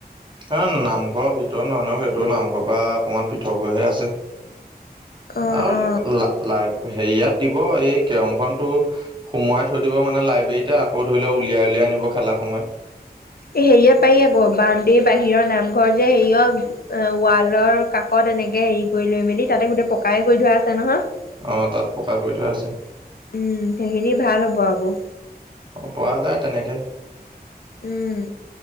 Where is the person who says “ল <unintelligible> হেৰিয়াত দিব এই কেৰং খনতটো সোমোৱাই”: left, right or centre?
Right